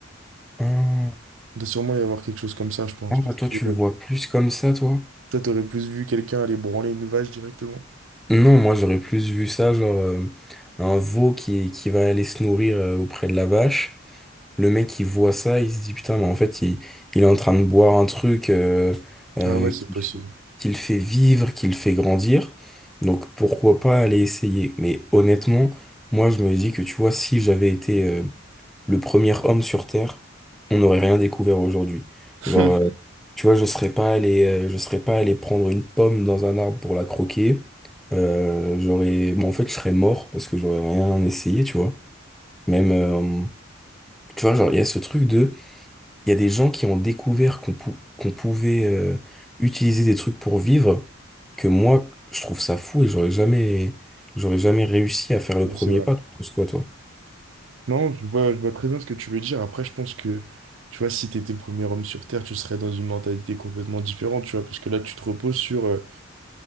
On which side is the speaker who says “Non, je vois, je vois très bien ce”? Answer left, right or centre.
Right